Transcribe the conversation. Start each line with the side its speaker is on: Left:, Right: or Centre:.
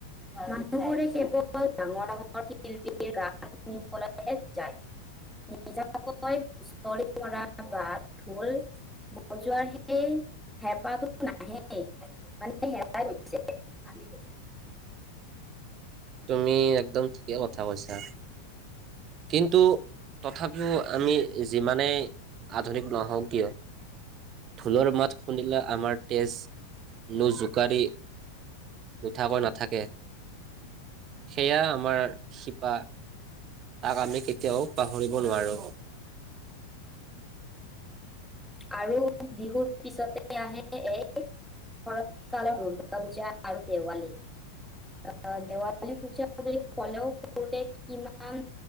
Centre: মানুহবোৰে কেৱল ডাঙৰ, ডাঙৰ শিল্পীৰ গান শুনিবলৈহে যায়। নিজাকৈ হুঁচৰি মৰা বা ঢোল বজোৱাৰ সেই হেপাহটো নাহে। মানে হেৰাই গৈছে
Right: তুমি একদম ঠিকে কথা কৈছা। কিন্তু, তথাপিও আমি যিমানেই আধুনিক নহওঁ কিয়, ঢোলৰ মাত শুনিলে আমাৰ তেজ নো জোকাৰি নুঠাকৈ নাথাকে। সেয়া আমাৰ শিপা তাক আমি কেতিয়াও পাহৰিব নোৱাৰোঁ।
Centre: আৰু বিহুৰ পিছতে আহে এই শৰৎ কালত দুৰ্গা পূজা আৰু দেৱালী আহ দেৱালী পূজা বুলি কলেও সৰুৰে কিমান